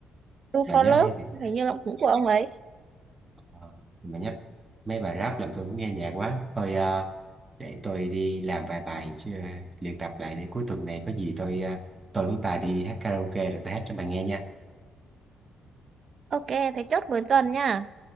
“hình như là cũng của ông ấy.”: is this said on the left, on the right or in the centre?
Right